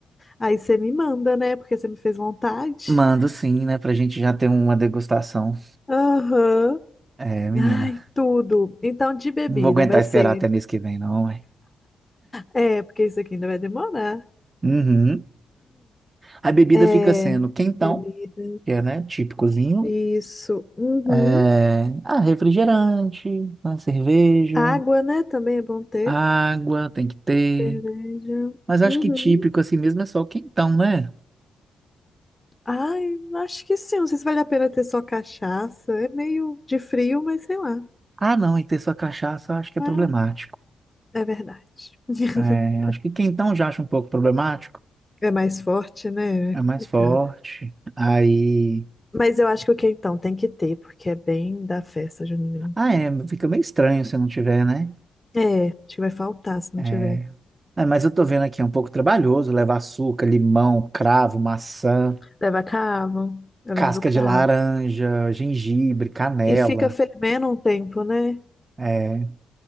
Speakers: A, on the left (about 20°); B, on the right (about 35°).
A: aí você me manda, né? Porque você me fez vontade.
B: Mando sim, né? Pra gente já ter uma degustação.
A: Aham.
B: É, menina.
A: Ai, tudo. Então, de bebida
B: Não vou aguentar
A: vai
B: esperar
A: ser.
B: até mês que vem, não, ué.
A: É, porque isso aqui ainda vai demorar.
B: Uhum. A bebida
A: É,
B: fica sendo quentão,
A: bebida.
B: que é, né, típicozinho,
A: Isso. Uhum.
B: É, ah, refrigerante, né, cerveja,
A: Água, né? Também é bom ter.
B: água tem que ter.
A: Cerveja.
B: Mas acho
A: Uhum.
B: que típico assim mesmo é só o quentão, né?
A: Ai, acho que sim. Não sei se vale a pena ter só cachaça. É meio de frio, mas sei lá.
B: Ah, não, e ter só cachaça eu acho que é
A: Ah,
B: problemático.
A: é verdade. <laughs>
B: É, acho que quentão já acho um pouco problemático.
A: É mais forte, né? É
B: É
A: complicado.
B: mais forte. Aí.
A: Mas eu acho que o quentão tem que ter, porque é bem da festa junina.
B: Ah, é, fica meio estranho se não tiver, né?
A: É, acho que vai faltar se não
B: É,
A: tiver.
B: é, mas eu tô vendo aqui, é um pouco trabalhoso levar açúcar, limão, cravo, maçã,
A: Leva cravo. Eu
B: casca
A: lembro do cravo.
B: de laranja, gengibre, canela.
A: E fica fervendo um tempo, né?
B: É,